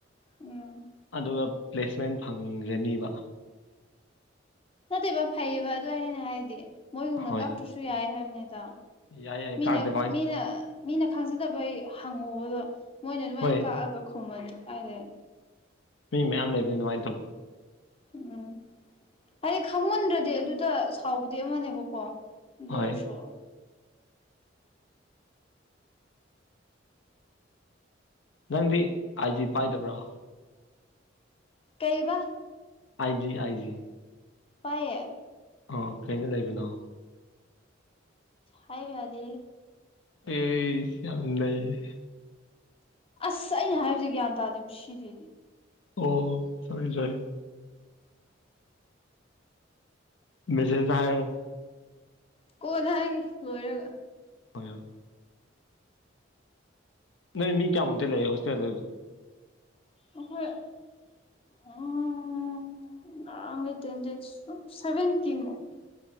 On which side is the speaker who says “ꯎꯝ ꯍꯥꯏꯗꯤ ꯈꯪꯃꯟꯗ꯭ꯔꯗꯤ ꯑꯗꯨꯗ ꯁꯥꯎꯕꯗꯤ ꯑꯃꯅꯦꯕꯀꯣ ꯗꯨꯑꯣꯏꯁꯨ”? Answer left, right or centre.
Left